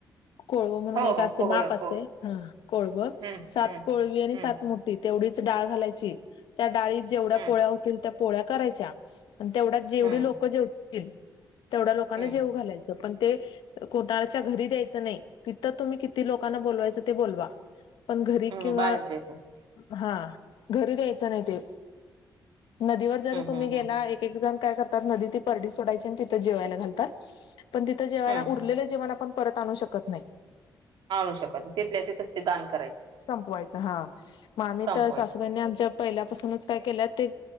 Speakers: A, on the left (about 85°); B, on the right (about 75°).
A: कोळवं म्हणून
B: हो
A: एक अस
B: हो
A: ते
B: कोहळ
A: माप असतय
B: को
A: कोळव
B: हम्म
A: सात
B: हम्म
A: कोळवी आणि
B: हम्म
A: सात मुठी तेवढीच- डाळ घालायची त्या डाळीत जेवढ्या
B: हम्म
A: पोळ्या होतील त्या पोळ्या करायच्या आणि तेवढ्या जेवढी
B: हम्म
A: लोक जेवतील तेवढ्या लोकांना
B: हम्म
A: जेव घालायचं पण ते कोटारच्या घरी द्यायचं नाही तिथं तुम्ही किती लोकांना बोलवायचं ते बोलवा. पण घरी
B: हम्म
A: किंवा
B: बाहेरचेच हम्म
A: हा घरी द्यायचं नाही ते नदीवर जर तुम्ही
B: हम्म
A: गेला
B: हम्म
A: एक एक जण काय करतात नदी ते परडी सोडायची आणि तिथ ते जेवायला घालतात पण तिथं जेवायला
B: हम्म
A: उरलेलं जेवण आपण का परत आणू शकत नाही,
B: आणू शकत नाही. तिथल्या तिथंच ते दान करायचं
A: संपवायचं हा. मग आम्ही
B: संपवायचं
A: तर सासूबाईंनी आमच्या पहिल्यापासूनच काय केल्या ते